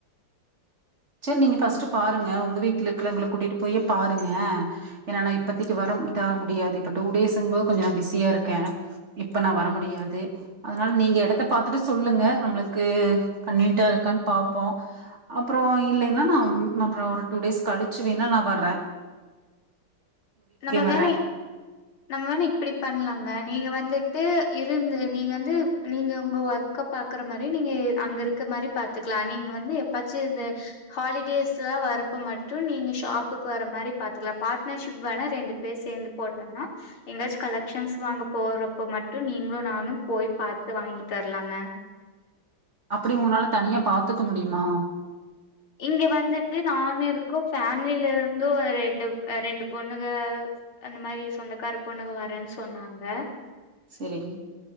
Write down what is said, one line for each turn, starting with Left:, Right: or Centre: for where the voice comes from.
Right: செரி நீங்க ஃபஸ்ட்டு பாருங்க உங்க வீட்ல இருக்கவங்கள கூட்டிட்டு போயே பாருங்க ஏனா நா இப்பதைக்கி வரம் தா முடியாது இப்ப டூ டேஸ்ங்கு போது கொஞ்சோ நா பிஸியா இருக்கே இப்ப நா வர முடியாது அதனால நீங்க எடத்த பாத்துட்டு சொல்லுங்க நம்மளுக்கு கன்வீனியன்ட்டா இருக்கான்னு பாப்போ அப்றோ இல்லேனா நம் அப்றோ ஒரு டூ டேஸ் கழிச்சு வேணா நா வர்றே
Left: நம்ம
Right: வர்றேன்
Left: வேனை நம்ம வேணா இப்டி பண்ணலாங்க நீங்க வந்துட்டு இருந்து நீங்க வந்து நீங்க உங்க ஒர்க்கப் பாக்குற மாரி நீங்க அங்க இருக்க மாரி பாத்துக்கலா நீங்க வந்து எப்பாச்சு இந்த ஹாலிடேஸ்ஸா வரறப்ப மட்டு நீங்க ஷாப்புக்கு வர மாரி பாத்துக்கலா பார்ட்னர்ஷிப் வேண ரெண்டு பேர் சேந்து போட்டோம்னா எங்கயாச்சு கலெக்ஷன்ஸ் வாங்க போறப்பா மட்டு நீங்களு நானு போய் பாத்து வாங்கிட்டு வரலாங்க
Right: அப்பிடி உங்கனால தனியா பாத்துக்க முடியுமா
Left: இங்க வந்துட்டு நானு இருக்கோ ஃபேமிலில இருந்து ஒரு ரெண்டு ரெண்டு பொண்ணுக அந்த மாரி சொந்தக்கார பொண்ணுக வரேன்னு சொன்னாங்க
Right: செரி